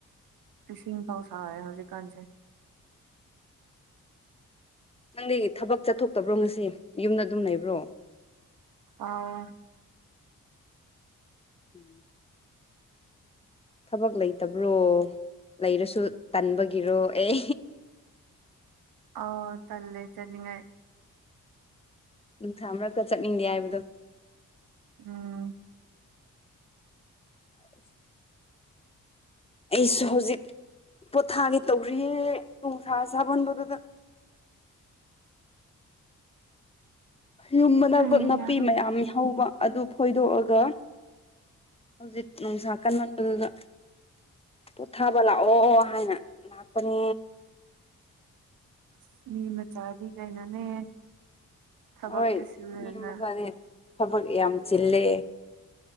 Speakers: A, on the right; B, on the left.
A: ꯏꯁꯤꯡ ꯄꯥꯎ ꯁꯥꯎꯋꯦ ꯍꯧꯖꯤꯛꯀꯥꯟꯁꯦ
B: ꯅꯪꯗꯤ ꯊꯕꯛ ꯆꯠꯊꯣꯛꯇꯕ꯭ꯔꯣ ꯉꯁꯤ ꯌꯨꯝꯗ ꯑꯗꯨꯝ ꯂꯩꯕ꯭ꯔꯣ
A: ꯑꯥ
B: ꯎꯝ ꯊꯕꯛ ꯂꯩꯇꯕ꯭ꯔꯣ ꯂꯩꯔꯁꯨ ꯇꯟꯕꯒꯤꯔꯣ ꯑꯦ
A: ꯑꯣ ꯇꯂꯦ ꯆꯅꯤꯡꯉꯥꯏ
B: ꯅꯨꯡꯁꯥ ꯃꯔꯔꯛꯇ ꯆꯠꯅꯤꯡꯗꯦ ꯍꯥꯏꯕꯗꯣ
A: ꯎꯝ
B: ꯑꯁ ꯑꯩꯁꯨ ꯍꯧꯖꯤꯛ ꯄꯣꯊꯥꯒꯤ ꯇꯧꯔꯤꯌꯦꯦ ꯣꯡꯁꯥ ꯁꯥꯥꯕꯣꯟꯕꯗꯨꯗ <inaudible> ꯌꯨꯝ ꯃꯅꯥꯀ
A: ꯍꯩꯌꯥ
B: ꯅꯥꯄꯤ ꯃꯌꯥꯝ ꯍꯧꯕ ꯑꯗꯨ ꯐꯣꯏꯗꯣꯛꯑꯒ ꯍꯧꯖꯤꯛ ꯅꯨꯡꯁꯥ ꯀꯟ ꯃꯟꯕꯗꯨꯗ ꯄꯣꯊꯥꯕ ꯂꯥꯛꯑꯣ ꯍꯥꯏꯅ ꯂꯥꯛꯄꯅꯦ
A: ꯑꯁ ꯃꯤ ꯃꯆꯥꯗꯤ ꯀꯩꯅꯅꯦ ꯊꯕꯛꯇ
B: ꯍꯣꯏ
A: ꯁꯨꯔꯦꯗꯅ
B: ꯃꯤ ꯃꯆꯥꯗꯤ ꯊꯕꯛ ꯌꯥꯝ ꯆꯤꯜꯂꯦ